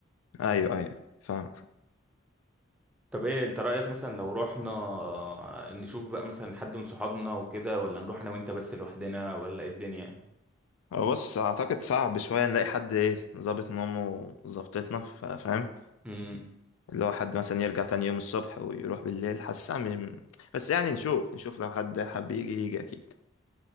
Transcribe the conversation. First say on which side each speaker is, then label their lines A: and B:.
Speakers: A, on the left; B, in the centre.
A: ايوه ايوه فاهم
B: طب ايه انت رأيك مثلا لو رحنا آه، نشوف بقى مثلا حد من صحابنا وكده ولا نروح انا وانت بس لوحدنا ولا ايه الدنيا
A: هو بص اعتقد صعب شوية نلاقي حد ايه ظابط نومه وظبطتنا فاهم
B: امم
A: اللي هو حد مثلا يرجع تاني يوم الصبح ويروح بالليل حاسس عم- بس يعني نشوف نشوف لو حد حب يجي يجي اكيد